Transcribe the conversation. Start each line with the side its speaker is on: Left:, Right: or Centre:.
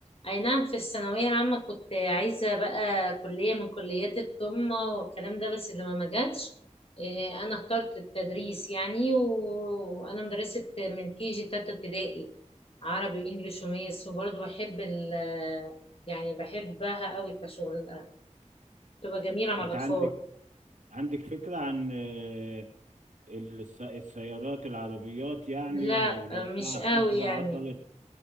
Left: اي نعم في الثانوية العامة كنت عايزة بقى كلية من كليات القمة والكلام ده بس اللي ما ما جاتش إيه انا اخترت التدريس يعني و- وانا مدرسة من كي جي تالتة ابتدائي عربي وانجليش وميس وبرضه بحب ال يعني بحبها قوي كشغل تبقى جميلة مع
Right: انت
Left: الأطفال
Right: عندك عندك فكرة عن آه، الس- السيارات العربيات يعني
Left: لا
Right: ولو بقى
Left: مش قوي
Right: حاجة
Left: يعني
Right: عطلت